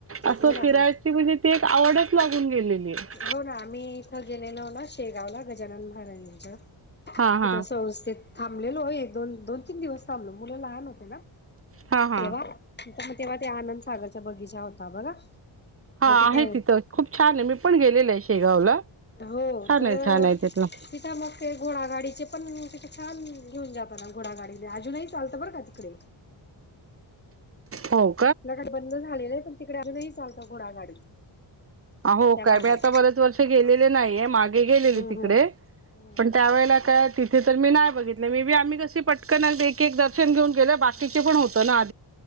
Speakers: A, on the right (about 30°); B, on the left (about 20°).
A: असं
B: हो ना
A: फिरायची
B: हो ना.
A: म्हणजे ती एक आवडच लागून गेलेली आहे
B: हो ना आम्ही इथं गेलेलो हो ना शेगावला गजानन महाराज्यांचा
A: हा हा
B: तिथं असं व्यवस्थित थांबलेलो हो एक दोन दोन तीन दिवस थांबलो मुलं लहान होते ना
A: हा हा
B: तेव्हा तिथं मग तेव्हा त्या आनंद सागरच्या बगीचा होता बघा
A: हा
B: मग तिथे
A: आहे तिथं खूप छान आहे मी पण गेलेल आहे शेगावला
B: हो
A: छान
B: तर
A: आहे छान आहे तिथलं
B: तिथं मग ते घोडागाडीचे पण तिथे छान घेऊन जातना घोडागाडी अजूनही चालतं बर का तिकडे
A: हो
B: इकडे बंद झालेलं आहे पण तिकडे आजुनही चालतो घोडागाडी
A: आहो
B: त्या भागात.
A: काय मी आता बरेच वर्ष गेलेले नाहीये मागे गेलेले
B: हम्म
A: तिकडे
B: हम्म. हम्म
A: पण त्यावेेळेला काय तिथे तर मी नाही बघितलं मीबी आम्ही कशी पटकन एक एक दर्शन घेऊन गेले बाकीचे पण होत ना